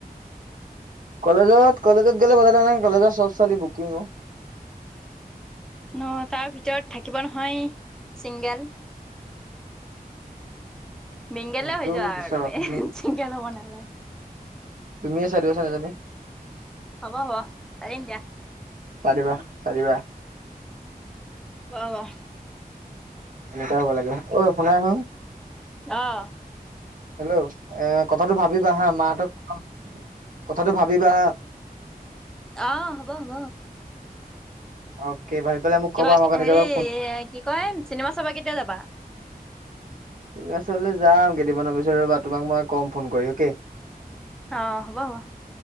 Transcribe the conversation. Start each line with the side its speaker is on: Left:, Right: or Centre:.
Right: কলেজত কলেজত গলে পতাই লবা কি কলেজত চব ছোৱলী বুকিং অঁ।
Centre: অঁ তাৰ ভিতৰত থাকিব নহয়। ছিংগেল। মিংগেলে
Right: সেইটো
Centre: হৈ যোৱা
Right: পিছত
Centre: আৰু তুমি
Right: কথা
Centre: ছিংগেল হ'ব নালাগে
Right: তুমিয়ে চাই দিবাচোন এজনী।
Centre: হ'ব হ'ব চাই দিম দিয়া।
Right: চাইদিবা চাই দিবা
Centre: হব
Right: এনেকাই হ'ব লাগে, অ', শুনা চোন।
Centre: অ'
Right: হেল্ল'। এ কথাটো ভাবিবা হা মাহঁতক কম কথাটো ভাবিবা হা।
Centre: অঁ হ'ব হ'ব
Right: <unintelligible> মোক ক'বা
Centre: কিবা
Right: মই কেনেকে
Centre: হেৰি
Right: ফোন
Centre: কি কয়, চিনেমা চাবা কেতিয়া যাবা।
Right: চিনেমা চাবলে যাম কেইদিনামানৰ পিছত ৰ'বা তোমাক মই কম ফোন কৰি অকে।
Centre: অঁ হ'ব হ'ব।